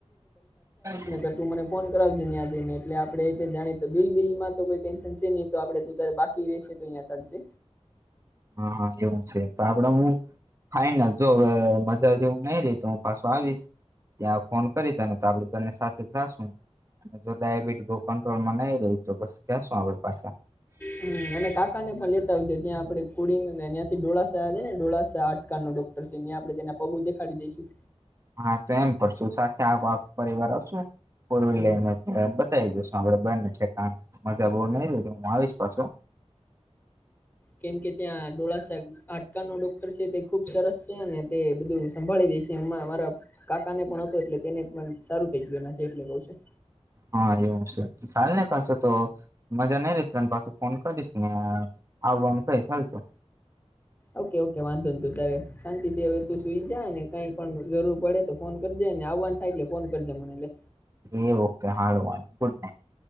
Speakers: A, on the right; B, on the left.
A: <inaudible>
B: કર તું મને ફોન કરાવજે, ત્યાં જઈને એટલે આપણે એ જ જાણીતો બિલ બિલ માં તો કોઈ ટેન્શન છે નહીં તો, આપણે તું બાકી રશે તો અહીયાં ચાલજે
A: હા એવું છે. તો આપડે હું? ફાઈનલ, જો હવે મજા જેવું નઈ રહી તો હું પાછું આવીશ. ત્યાં ફોન કરી તને તો આપડે બંને સાથે-' જાશું. જો ડાયાબિટી બહુ કંટ્રોલમાં નહી રે તો પાછા જાશું આપડે પાછા
B: હમ અને કાકા ને પણ લેતા આવજે ત્યાં આપડે કુડી ત્યાંથી ડોળસા ને, ડોળસા હાંડકાનો ડોક્ટર પછી ન્યા જઈને આપે તેના પગું દેખાડી દઈશું.
A: હા તો એમ કરશું સાથે <inaudible> પરિવાર આવશું. ફોર વીલ
B: હમ
A: લઈ ને બતાવી દશું આપડે બં ને હા મજા બહુ નઈ રે તો હું આવીશ પાછું.
B: કેમ કે ત્યાં ડોળસા હાંટકા નો ડોક્ટર છે. તે ખુબ સરસ છે. અને તે બધું સંભાળી લે મારા કાકા ને પણ હતો એટલે તેને પણ સારું થઈ ગયું નથી એટલે કહુ છું.
A: હા, એવું છે. ચાલ ને પાછો તો મજા નઈ લે તને પાછો ફોન કરીશ નેબ કોણ કઈ ચાલ તો
B: ઓકે, ઓકે વાંધો નઈ તું તારે શાંતિ થી હવે તું સુઈ જાય ને, કંઈ પણ જરૂર પડે તો ફોન કરજે. ને આવવાન થાય એટલે ફોન કરજે મને, એટલે.
A: એ ઓકે હાલ, ગુડ નાઈટ